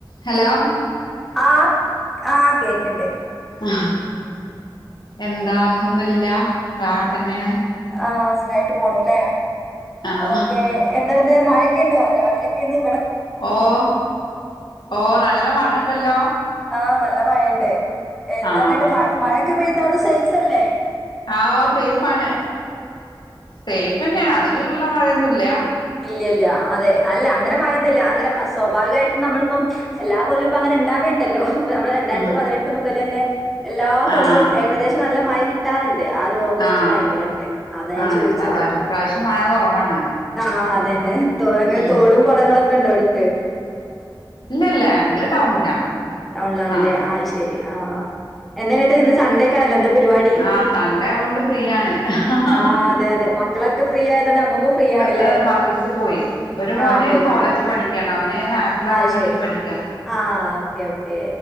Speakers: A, on the left (about 65°); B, in the centre.
A: Hello
B: ആഹ് ആഹ് കേക്കണ്ട്
A: ആഹ് എന്താ അൽഹംദുലില്ലാ റാഹത്ത്ന്നെയാണ്
B: ആഹ് സുഖമായിട്ട് പോണുല്ലേ
A: ആഹ്
B: ഓക്കെ എന്താന്ന് മഴൊക്കെ ഉണ്ടോ രാവിലൊക്കെന്ന്
A: ഓഹ് ഓഹ് നല്ല മഴണ്ടല്ലോ
B: ആഹ് നല്ല മഴയുണ്ട് എന്താ
A: ആഹ്
B: മഴൊക്കെ പെയ്ത് അവിടെ സേയ്ഫല്ലേ
A: ആഹ് സേഫ് ആണ് സേഫ് തന്നെയാണ് അതിനിലുമുള്ള മഴയൊന്നും ഇല്ല
B: ഇല്ലല്ല അതെ അല്ല അങ്ങനെ മഴയൊന്നുമില്ല അങ്ങനെ സ്വാഭാവികമായിട്ടും നമ്മളിപ്പം എല്ലാ കൊല്ലുവും ഇപ്പോ അങ്ങനെണ്ടാവുണ്ടല്ലോ ഇപ്പൊ നമ്മള് രണ്ടായിരത്തി
A: ആഹ്
B: പതിനെട്ട് മുതൽ തന്നെ എല്ലാ കൊല്ലും
A: ആഹ്
B: ഏകദേശം നല്ല മഴ കിട്ടാറുണ്ട് ആഹ് ഒരു ഓഗസ്റ്റ്
A: ആഹ്
B: ടൈമിലൊക്കെ അതാ ഞാൻ
A: ആഹ്
B: ചോയിച്ചത്
A: ഉണ്ടാവാറ് ഇപ്രാവശ്യം മഴ കുറവാണ്
B: ആഹ് അതന്നെ തോ
A: ഉം
B: തോടും കൊളങ്ങളൊക്കെ ഒണ്ടോ അട്ത്ത്-
A: ഇല്ലല്ല ഞങ്ങള് ടൗണിലാ
B: ആഹ് ടൗണിലാണല്ലേ
A: ആഹ്
B: ആയിശരി ആഹ് - എന്റെ കെട്ടിയോന് ഇന്ന് സണ്ടേക്കണല്ലോ എന്ത്- പരിപാടി
A: ആഹ് സൺഡേ കൊണ്ട് ഫ്രീ ആണ്
B: ആഹ് അതെ അതെ മക്കളൊക്കെ ഫ്രീ ആയതണ്ട് അമ്ക്ക് ഫ്രീ- ആണല്ലേ
A: ഹ് മദ്രസ് പോയി ഒരു മോന്
B: ആഹ് പോയിട്ടുണ്ടാവും
A: കോളേജിൽ പഠിക്കാണ് അവന് ഹാപ്പൽ ആകാൻ
B: അയ്
A: വേണ്ടിട്ട്
B: ശരി
A: പഠിക്കാ-
B: ആഹ് ഓക്കെ ഓക്കെ